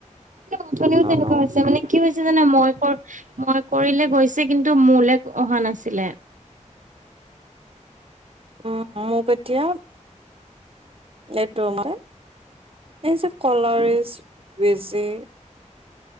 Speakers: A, on the right; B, on the right.
A: অথনিও
B: অ
A: তেনেকুৱা
B: ন
A: হৈছে মানে কি হৈছে জানে মই কৰ মই কৰিলে গৈছে কিন্তু মোলে অহা নাছিলে।
B: উম- উম মোক এতিয়া এইটো মানে এই যে কলাৰেজ বেজি